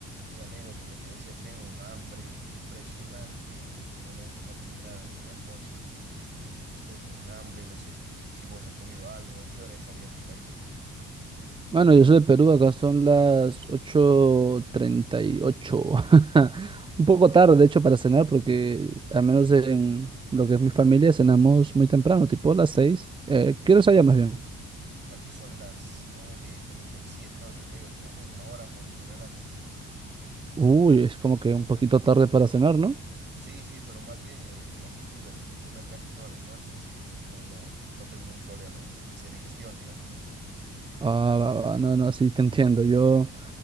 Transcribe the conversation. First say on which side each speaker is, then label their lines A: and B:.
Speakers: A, on the right (about 35°); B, on the right (about 15°).
A: Y amigo, como te decía, tengo un hambre impresionante en este momento. No comí nada desde el almuerzo, así que estoy con un hambre. No sé si, si vos has comido algo. ¿Qué hora es allá en tu país?
B: Bueno, yo soy de Perú, acá son las ocho treinta y ocho. <laughs> Un poco tarde, de hecho, para cenar, porque al menos en lo que es mi familia cenamos muy temprano, tipo las 6. Eh, ¿qué hora es allá más bien?
A: Aquí son las nueve nueve treinta treinta y siete nueve treinta y ocho más o menos una hora por, por delante nosotros.
B: Uy, es como que un poquito tarde para cenar, ¿no?
A: Sí, sí, pero más bien eh, la costumbre de, de comer casi todas las noches, eh, no, no, no tengo ningún problema en hacer digestión, digamos, ¿no?
B: Ah, va, va, no, no, sí, te entiendo. Yo